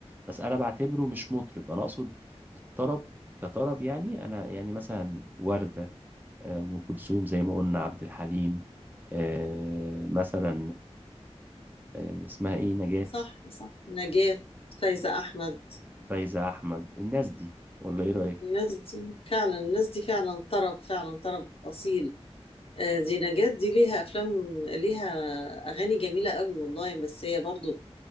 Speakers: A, on the right (about 15°); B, on the left (about 60°).
A: بس انا بعتبره مش مطرب انا اقصد الطرب كطرب يعني انا يعني مثلا وردة آه، ام كلثوم زي ما قلنا عبد الحليم آه، مثلا آه، اسمها ايه نجاة
B: صح صح نجاة فايزة احمد
A: فايزة احمد الناس دي ولا ايه رأيك
B: الناس دي فعلا الناس دي فعلا طرب فعلا طرب أصيل آه، دي نجاة دي ليها أفلام ليها أغاني جميلة قوي والله بس هي برضو